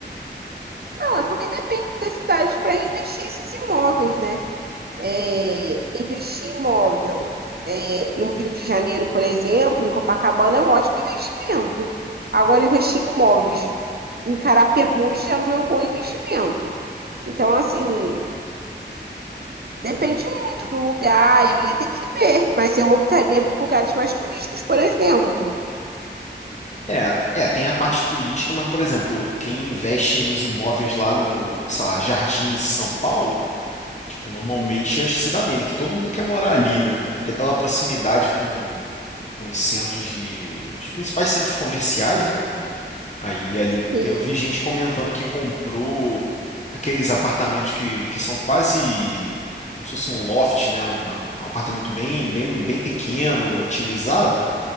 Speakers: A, on the right; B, on the left.
A: Não, é porque depende das cidades para investir esses imóveis, né? É, investir em imóvel é, no Rio de Janeiro, por exemplo, em Copacabana, é um ótimo investimento. Agora, investir em imóveis em Carapebus já não é um bom investimento. Então, assim, depende muito do lugar, eu ia ter que ver, mas eu optaria por lugares mais turísticos, por exemplo.
B: É, é, tem a parte turística, mas, por exemplo, quem investe nos imóveis lá no, sei lá, Jardins, em São Paulo, Tipo, normalmente acho que se dá bem, né? Que todo mundo quer morar ali, né? Até pela proximidade com, com os centros de. Os principais centros comerciais, né? Aí ali
A: Sim,
B: tem- eu vi gente comentando que comprou aqueles apartamentos que, que são quase como se fosse um loft, né? Um, um apartamento bem, bem, bem pequeno, otimizado.